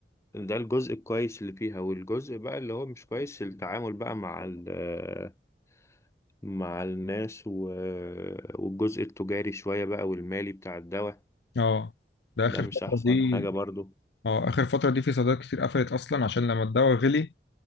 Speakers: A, on the left; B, on the left.
A: ده الجزء الكويس اللي فيها والجزء بقى اللي هو مش كويس التعامل بقى مع ال- مع الناس و- والجزء التجاري شوية بقى والمالي بتاع الدواء
B: اه ده
A: ده
B: اخر
A: مش
B: فتره
A: أحسن
B: دي
A: حاجة برضو
B: اه اخر فتره دي في صيدليات كتير قفلت اصلا عشان لما الدواء غلي